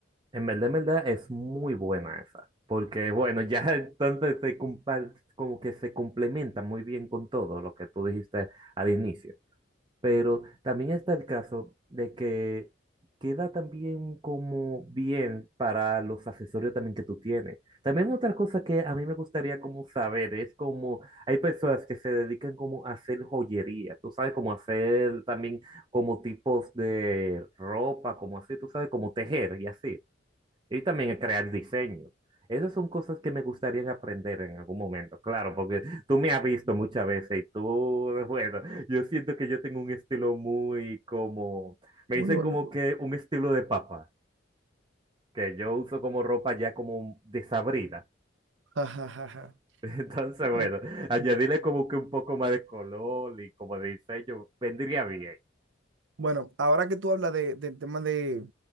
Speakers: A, on the right; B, on the right.
A: En verdad, en verdad es muy buena esa, porque bueno, ya <laughs> entonces se compa- como que se complementa muy bien con todo lo que tú dijiste al inicio. Pero también está el caso de que queda también como bien para los accesorios también que tú tienes. También otra cosa que a mí me gustaría como saber es como hay personas que se dedican como a hacer joyería, tú sabes, como hacer también como tipos de ropa, como así, tú sabes, como tejer y así. Y también el crear diseños. Esas son cosas que me gustaría aprender en algún momento, claro, porque tú me has visto muchas veces y tú, <laughs> bueno, yo siento que yo tengo un estilo muy como, me
B: Muy
A: dicen
B: bonito.
A: como que un estilo de papa, que yo uso como ropa ya como desabrida.
B: <laughs>
A: <laughs> Entonces,
B: Bueno,
A: bueno,
B: <clears throat>
A: añadirle como que un poco más de color y como de diseño vendría bien.
B: Bueno, ahora que tú hablas de, del tema de,